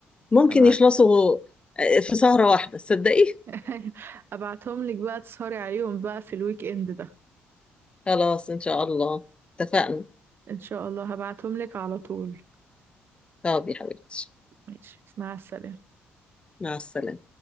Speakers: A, on the left; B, on the right.
A: ممكن
B: أبعت
A: يخلصوا آه، في سهرة واحدة تصدقي
B: <laughs> أبعتهم لك بقى تسهري عليهم بقى في الويك إند ده
A: <laughs> خلاص ان شاء الله اتفقنا
B: إن شاء الله هبعتهم لك على طول
A: طب يا حبيبتي
B: ماشي مع السلامة
A: مع السلامة